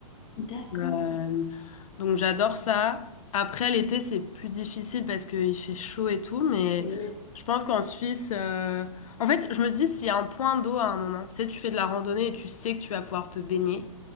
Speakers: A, on the left (about 55°); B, on the left (about 70°).
A: D'accord,
B: Euh, donc, j'adore ça. Après, l'été, c'est plus difficile parce qu'il fait chaud et tout, mais
A: c'est vrai.
B: je pense qu'en Suisse, euh, en fait, je me dis s'il y a un point d'eau à un moment, tu sais, tu fais de la randonnée et tu sais que tu vas pouvoir te baigner,